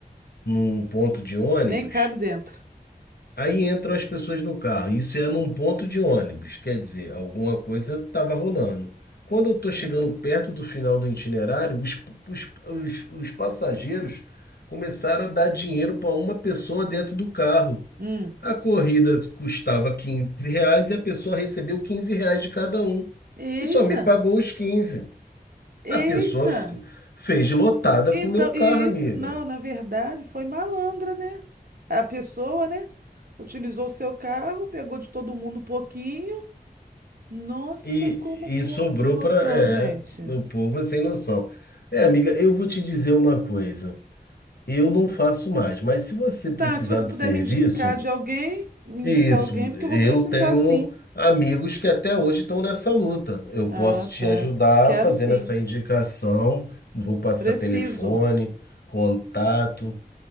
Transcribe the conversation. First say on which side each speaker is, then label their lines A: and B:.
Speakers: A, on the left; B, on the right.
A: num ponto de ônibus.
B: Nem cabe dentro.
A: Aí entram as pessoas no carro. Isso é num ponto de ônibus, quer dizer, alguma coisa estava rolando. Quando eu estou chegando
B: Ah.
A: perto do final do itinerário, os, os, os, os passageiros começaram a dar dinheiro para uma pessoa dentro do carro.
B: Hum.
A: A corrida custava 15 reais e a pessoa recebeu 15 reais de cada um.
B: Eita!
A: E só me pagou os 15.
B: Eita!
A: A pessoa f- fez lotada
B: Então,
A: com o meu carro,
B: e
A: amiga.
B: isso, não, na verdade, foi malandra, né? A pessoa, né? Utilizou o seu carro, pegou de todo mundo um pouquinho. Nossa,
A: E,
B: como o povo
A: e sobrou
B: é sem noção,
A: para.
B: gente.
A: É, o povo é sem noção. É, amiga, eu vou te dizer uma coisa. Eu não faço mais, mas se você precisar
B: Tá, se você
A: do
B: puder
A: serviço,
B: me indicar de alguém, me
A: Isso,
B: indicar alguém, porque eu vou
A: eu
B: precisar
A: tenho
B: sim.
A: amigos que até hoje estão nessa luta. Eu
B: Ah,
A: posso te
B: tá.
A: ajudar
B: Quero
A: fazendo
B: sim.
A: essa indicação, vou passar
B: Preciso.
A: telefone, contato